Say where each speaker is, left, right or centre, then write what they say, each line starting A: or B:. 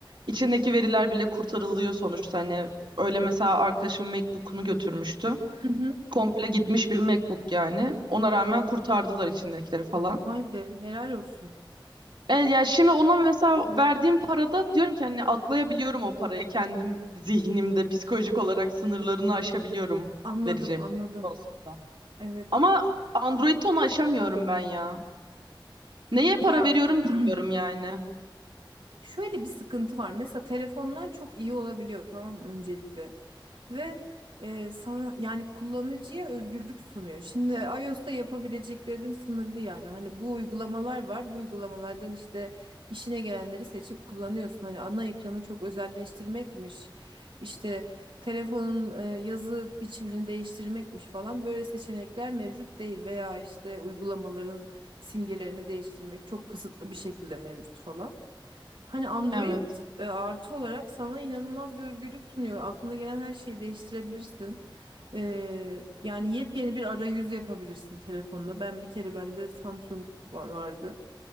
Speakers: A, on the right; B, on the right.
A: İçindeki veriler bile kurtarılıyor sonuçta. Hani öyle mesela arkadaşım MacBook'unu götürmüştü.
B: Hı hı.
A: Komple gitmiş bir MacBook yani. Ona rağmen kurtardılar içindekileri falan.
B: Vay be, helal olsun.
A: E, yani şimdi ona mesela verdiğim parada diyorum ki hani aklayabiliyorum o parayı. Kendim zihnimde psikolojik olarak sınırlarını aşabiliyorum
B: Anladım,
A: vereceğim
B: anladım.
A: para konusunda.
B: Evet.
A: Ama Android'de onu aşamıyorum ben ya. Neye
B: Ya
A: para veriyorum
B: <clears throat>
A: ki diyorum yani.
B: Şöyle bir sıkıntı var. Mesela telefonlar çok iyi olabiliyor tamam mı öncelikle. Ve e, sana yani kullanıcıya özgürlük sunuyor. Şimdi iOS'ta yapabileceklerin sınırlı yani. Hani bu uygulamalar var. Bu uygulamalardan işte işine gelenleri seçip kullanıyorsun. Hani ana ekranı çok özelleştirmekmiş. İşte telefonun e, yazı biçimini değiştirmekmiş falan böyle seçenekler mevcut değil veya işte uygulamaların simgelerini değiştirmek çok kısıtlı bir şekilde mevcut falan. Hani Android
A: Evet.
B: e, artı olarak sana inanılmaz bir özgürlük sunuyor. ve Aklına gelen her şeyi değiştirebilirsin. Ee, yani yepyeni bir arayüz yapabilirsin telefonla. Ben bir kere bende Samsung va- vardı.